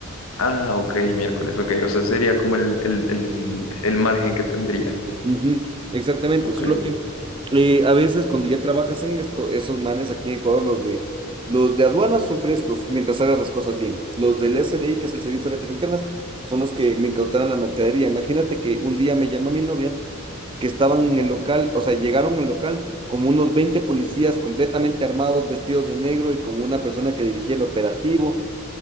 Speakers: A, on the left; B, on the right.
A: Ah, ok, miércoles, ok. O sea, sería como el, el, el, el margen que tendría.
B: Ujú, exactamente,
A: Ok.
B: solo que eh, a veces cuando ya trabajas en esto, esos manes aquí en Ecuador, los de, los de aduanas son frescos mientras hagas las cosas bien. Los del S SDI, que es el Servicio de Rentas Internas, son los que me incautaron la mercadería. Imagínate que un día me llama mi novia que estaban en el local, o sea, llegaron al local como unos 20 policías completamente armados, vestidos de negro y con una persona que dirigía el operativo